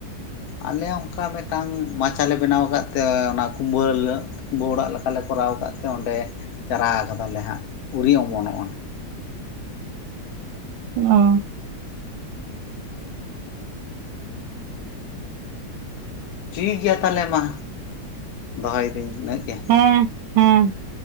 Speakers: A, on the left; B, on the right.
A: ᱟᱞᱮ ᱚᱱᱠᱟ ᱢᱤᱫᱴᱟᱝ ᱢᱟᱪᱟᱞ ᱵᱮᱱᱟᱣ ᱟᱠᱟᱫ ᱛᱮ ᱚᱱᱟ ᱠᱩᱢᱵᱟᱹ ᱠᱩᱢᱵᱟᱹ ᱚᱲᱟᱜ ᱞᱮᱠᱟᱞᱮ ᱠᱚᱨᱟᱣ ᱟᱠᱟᱫ ᱛᱮ ᱚᱸᱰᱮ ᱪᱟᱨᱟ ᱠᱟᱫᱟᱞᱮ ᱦᱟᱸᱜ, ᱩᱨᱤ ᱚᱢᱚᱱᱚᱜᱼᱟ᱾
B: ᱚ ᱾
A: ᱴᱷᱤᱠ ᱜᱮᱭᱟ ᱛᱟᱦᱚᱞᱮ ᱢᱟ, ᱫᱚᱦᱚᱭᱮᱫᱟᱹᱧ ᱩᱱᱟᱹᱜ ᱜᱮ
B: ᱦᱮᱸ, ᱦᱮᱸ ᱾